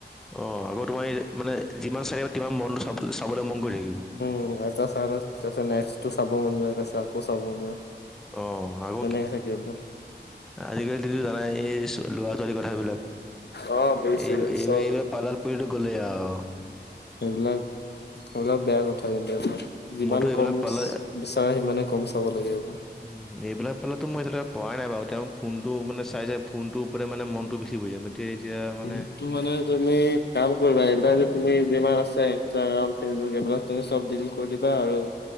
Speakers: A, in the centre; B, on the left.
A: অঁ, আকৌ তোমাৰ মানে যিমান চাই থাকিবা তিমান মনটো চাব চাবলৈ মন কৰি থাকিব।
B: উম, এটা চাই লোৱা পাছত তাৰপাছত নেক্সটটো চাব মন যায় আকৌ চাব মন যায়।
A: অঁ, -
B: তেনেকে থাকে ক।
A: আজিকালিটো তুমি জানাই এই ল'ৰা-ছোৱালী কথাবিলাক।
B: অ বুজিছো
A: এই এইবিলাক-এইবিলাক
B: চব
A: পালাত গ'লেই আওঁ।
B: সেইবিলাক অলপ বেয়া কথা কিন্তু - যিমান
A: মইতো এইবিলাক
B: কম
A: পালাত
B: বিচাৰে সিমানে কম চাব লাগে ক।
A: উম, এইবিলাক পালাতো মই এতিয়ালেকে পৰাই নাই বাৰু। তেওঁ ফোনটো মানে চাই, চাই- ফোনটোৰ ওপৰতে মানে মনটো বেছি বহি যায়। তে এতিয়া- মানে
B: ফোনটো মানে তুমি- কাম কৰিবা এইবাৰ যে তুমি যিমান আছে ইনষ্টাগ্ৰাম, ফেচবুক এইবিলাক তুমি সব ডিলিট কৰি দিবা আৰু-